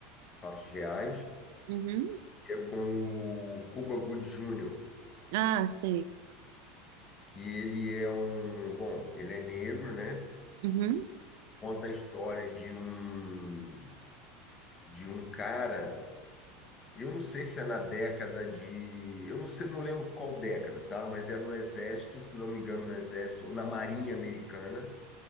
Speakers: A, on the left; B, on the right.
A: fatos reais,
B: Uhum.
A: que é com o Cuba Gooding Jr.
B: Ah, sei.
A: que ele é um, bom, ele é negro, né?
B: Uhum.
A: Conta a história de um de um cara, eu não sei se é na década de, eu não sei, não lembro qual década, tá? Mas era no exército, se não me engano, no exército ou na Marinha Americana,